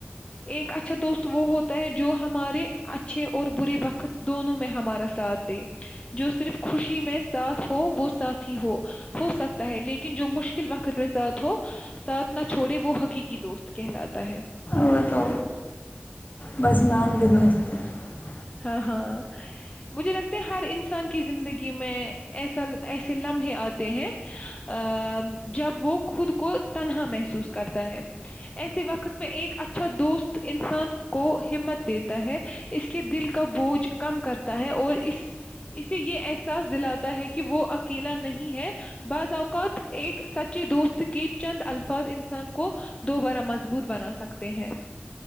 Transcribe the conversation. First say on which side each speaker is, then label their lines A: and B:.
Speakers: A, on the left (about 25°); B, on the left (about 45°).
A: ایک اچھا دوست وہ ہوتا ہے جو ہمارے اچھے اور برے وقت دونوں میں ہمارا ساتھ دے جو صرف خوشی میں ساتھ ہو وہ ساتھی ہو ہو سکتا ہے لیکن جو مشکل وقت میں ساتھ ہو ساتھ نہ چھوڑے وہ حقیقی دوست کہلاتا ہے
B: وہ تو بس نام کے دوست <unintelligible>
A: ہاں ہاں مجھے لگتا ہر انسان کی زندگی میں ایسا ایسے لمحے آتے ہیں ا جب وہ خود کو تنہا محسوس کرتا ہے ایسے وقت میں ایک اچھا دوست انسان کو ہمت دیتا ہے اس <unintelligible> کے دل کا بوجھ کم کرتا ہے اور اس اسے یہ احساس دلاتا ہے کہ وہ اکیلا نہیں ہے بعض اوقات ایک سچے دوست کے چند الفاظ انسان کو دوبارہ مضبوط بنا سکتے ہیں <unintelligible>